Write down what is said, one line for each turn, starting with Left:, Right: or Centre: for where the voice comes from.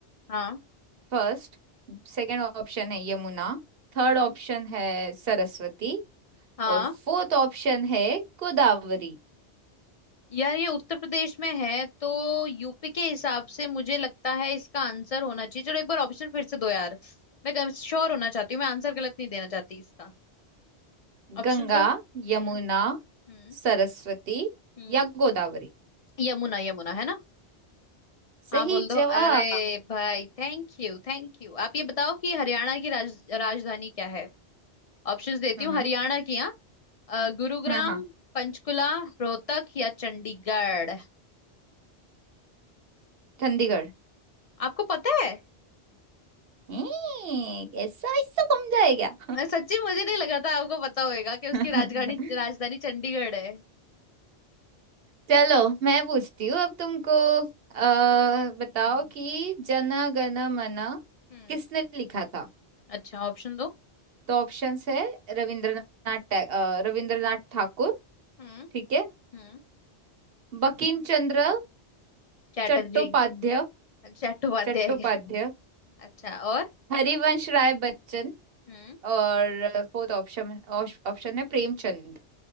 Left: हाँ
Right: फर्स्ट सेकंड ऑप्शन है यमुना थर्ड
Left: हम्म
Right: ऑप्शन है सरस्वती
Left: हाँ
Right: और फोर्थ ऑप्शन है गोदावरी
Left: यार ये उत्तर प्रदेश में है तो यूपी के हिसाब से मुझे लगता है इसका आंसर होना चाहिए चलो एक बार ऑप्शन फिर से दो यार मैं श्योर होना चाहती हूँ मैं आंसर गलत नहीं देना चाहती इसका ऑप्शन
Right: गंगा
Left: दो हम्म
Right: यमुना
Left: हम्म
Right: सरस्वती
Left: हम्म
Right: या गोदावरी
Left: यमुना यमुना है ना
Right: सही
Left: हाँ बोल दो
Right: जवाब
Left: अरे भाई थैंक यू थैंक यू आप ये बताओ कि हरियाणा की राज, राजधानी क्या है ऑप्शंस देती
Right: हम्म
Left: हूँ हरियाणा की हाँ अ, गुरुग्राम
Right: हाँ हाँ
Left: पंचकुला रोहतक या चंडीगढ़
Right: चंडीगढ़
Left: आपको पता है
Right: ए, ऐसा ऐसा समझा है क्या
Left: मैं सच्ची मुझे नहीं लगा था आपको पता होएगा कि उसकी
Right: <laughs>
Left: राजधानी राजधानी चंडीगढ़ है
Right: चलो मैं पूछती हूँ अब तुमको आ, बताओ
Left: हम्म
Right: कि जन गण मन
Left: हम्म
Right: किसने लिखा था
Left: अच्छा ऑप्शन दो
Right: तो ऑप्शंस है रविंद्रनाथ टै- अ, रविंद्रनाथ ठाकुर
Left: हम्म
Right: ठीक है
Left: हम्म
Right: बंकिम चंद्र
Left: चैटर्जी
Right: चट्टोपाध्याय
Left: चट्टोपाध्याय
Right: चट्टोपाध्याय
Left: है क्या अच्छा और
Right: हरिवंश राय बच्चन
Left: हम्म
Right: और फोर्थ ऑप्शन ऑप्शन है प्रेमचंद